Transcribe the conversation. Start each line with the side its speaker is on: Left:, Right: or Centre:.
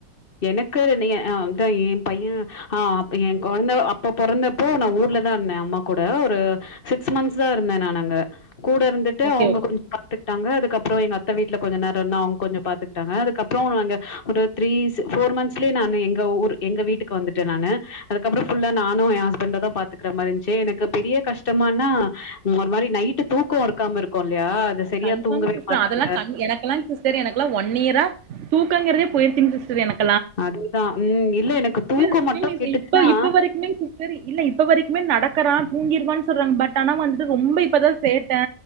Left: எனக்கு <unintelligible> என் பையன் ஆஹ் என் கொழந்த அப்ப பொறந்தப்போ நா ஊர்லதா இருந்த அம்மா கூட ஒரு சிக்ஸ் மன்ஸ் தா இருந்த நா அங்க கூட இருந்துட்டு
Right: ஓகே
Left: அவங்க
Right: ஓகே
Left: கொஞ்சோ பாத்துட்டாங்க அதுக்கப் அப்பறோ எங்க அத்த வீட்ல கொஞ்ச நேரோ அவங்க கொஞ்சோ பாத்து <inaudible> அதுக்கப்றோ <inaudible> த்ரீஸ் ஒரு ஃபோர் மன்ஸ்லையே நானு எங்க ஊருக்கு எங்க வீட்டுக்கு வந்துட்ட நானு அதுகப்பறோ ஃபுல்லா நானு என் ஹஸ்பண்டு தா பாத்துக்கிற மாரி இருன்சு எனக்கு பெரிய கஷ்டமானா ஒரு மாரி நைட்டு தூக்கோ இருக்காம இருக்கும் இல்லையா அது சரியா
Right: கன்ஃபார்ம்
Left: தூங்கவே
Right: சிஸ்டர்
Left: மாட்டாங்க
Right: அதெல்லா <unintelligible> எனக்கெல்லா சிஸ்டர் எனக்கெல்லா ஒன் இயரா தூக்கங்கறதே போயிருச்சுங்க சிஸ்டர் எனக்
Left: அதுதா உம் இல்ல எனக்கு
Right: ஸ்டில்
Left: தூக்கோ
Right: ஸ்டில்
Left: மட்டு
Right: இஸ்ய
Left: கெட்டுச்சுன்னா
Right: இப்ப இப்ப வரைக்குமே சிஸ்டர் இல்ல இப்ப வரைக்குமே நடக்கறா தூங்கிடுவான்னு சொல்றாங்க பட் ஆனா வந்துட ரொம்ப இப்பதா சேட்ட